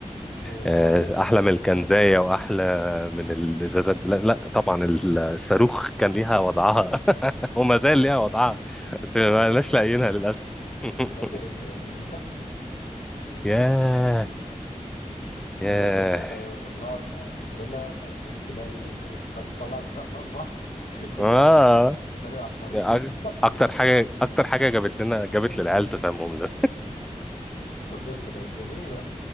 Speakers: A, on the left; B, in the centre.
A: وفاكر
B: آه، احلى من الكنزايه واحلى من الازازه البلاستيك لا طبعا الصاروخ كان ليها وضعها <laughs> وما
A: اه
B: زال
A: بصراحه
B: ليها وضعها بس ما لناش لاقيينها للاسف <laughs>
A: فاكر ال- اللوليتا
B: ياه
A: اللوليتا
B: ياه
A: اللي هي كنت كنا نقعد ن- ناكلها وبعدين تلاقي طب نطلع لساننا لبعض <laughs> كل
B: اه
A: واحد طريقه احمريكا
B: أك-
A: <laughs>
B: اكتر حاجه اكتر حاجه جابت لنا جابت للعيال تسمم ده
A: بس كانت جميله